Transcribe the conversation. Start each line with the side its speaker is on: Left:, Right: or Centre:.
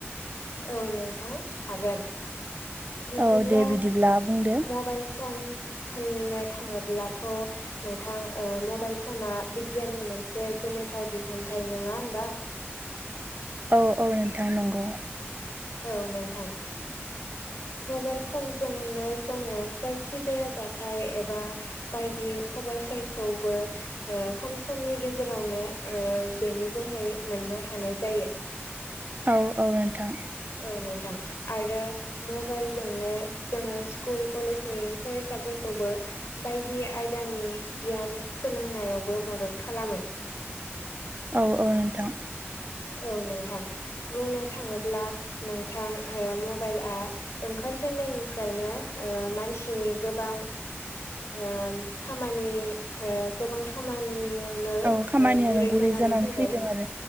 Left: औ नोंथां हागोन बिब्दिब्ला
Right: औ दे बिदिब्ला बुंदो
Left: मबाइल फन होननो थाङोब्लाथ' नोंथां मबाइल फना बिगियाननि मोनसे गोमोथाव दिहुनथाइ नङा होम्बा
Right: औ औ नोंथां नंगौ
Left: औ नोंथां मबाइल फनजोंनो जोङो जायखिजाया जाथाय एबा बायदि खबरफोरखौबो खम समनि गेजेरावनो बेनि जोहै मोननो हानाय जायो
Right: औ औ नोंथां
Left: औ नोंथां आरो मबाइलजोंनो जोङो स्कुल कलेजनि फरायसाफोरखौबो बायदि आयदानि गियान सोलोंनायावबो मदद खालामो
Right: औ औ नोंथां
Left: औ नोंथां बुंनो थाङोब्ला नोंथां मबाइलआ ओंखार गोजेननायनिफ्रायनो मानसिनि गोबां ओ खामानि ओ गोबां खामानियाव नो ओ
Right: औ खामानियानो
Left: गुरै जानानै फैबाय
Right: फैदों आरो